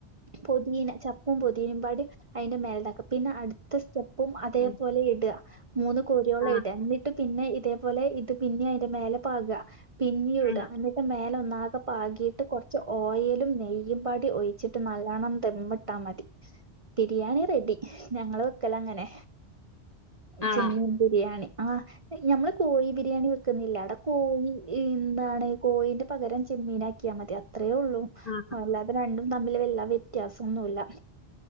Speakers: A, on the right (about 40°); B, on the left (about 45°).
A: പുതിനില ച <unintelligible> അതിന്റെ മേലിതാക്കാ പിന്നെ അടുത്ത സ്റ്റെപ്പും അതേപോലെ
B: ആഹ്
A: ഇടുക മൂന്ന് കോരിയോളം
B: ആഹ്
A: ഇടുക എന്നി ഇട്ടും പിന്നെ ഇതേപോലെ ഇത് പിന്നെ അതിന്റെ മേലെ പാകുക പിന്നേം ഇടുക
B: ഉം
A: എന്നി അതിന്റെ മേലെ ഒന്നാകെ പാകിയിട്ട് കുറച്ച് ഓയിലും നെയ്യും പാടി ഒഴിച്ചിട്ട് നല്ലണം ദമ്മി <unintelligible> മതി ബിരിയാണി റെഡി. ഞങ്ങള് വെക്കല് അങ്ങനെ
B: ആണോ
A: ചെമ്മീൻ ബിരിയാണി ആഹ് ഞമ്മള് കോഴി ബിരിയാണി വെക്കുന്നില്ല അവിടെ കോഴി എന്താണ് കോയീന്റെ പകരം ചെമ്മീനാക്കിയാൽ മതി അത്രേയുള്ളൂ
B: ആഹ്
A: അല്ലാ അത് രണ്ടും തമ്മില് വല്യ വ്യത്യാസൊന്നുല്ല